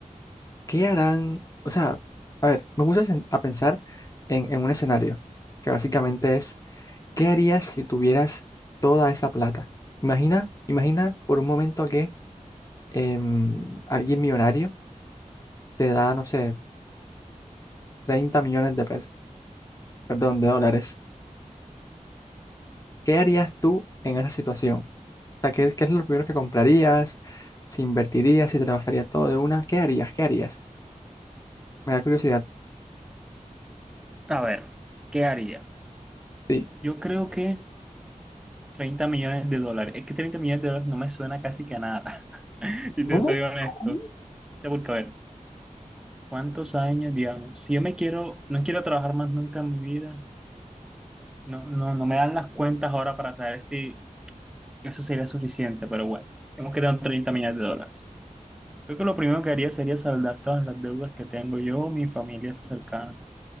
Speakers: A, on the left (about 25°); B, in the centre.
A: ¿qué harán? O sea, a ver, me puse a sen- a pensar en, en un escenario que básicamente es, ¿qué harías si tuvieras toda esa plata? Imagina, imagina por un momento que em, alguien millonario te da, no sé, 30 millones de pesos, perdón, de dólares. ¿Qué harías tú en esa situación? O sea, ¿qué, qué es lo primero que comprarías? ¿Si invertirías? ¿Si te lo gastarías todo de una? ¿Qué harías? ¿Qué harías? Me da curiosidad.
B: A ver, ¿qué haría?
A: Sí.
B: Yo creo que 30 millones de dólares. Es que 30 millones de dólares no me suena casi que a nada, <laughs> si
A: ¿Cómo?
B: te soy honesto.
A: ¿Cómo?
B: O sea, porque a ver, ¿cuántos años, digamos? Si yo me quiero, no quiero trabajar más nunca en mi vida, no, no, no me dan las cuentas ahora para saber si eso sería suficiente, pero bueno, hemos quedado en 30 millones de dólares. Creo que lo primero que haría sería saldar todas las deudas que tengo yo, mi familia cercana,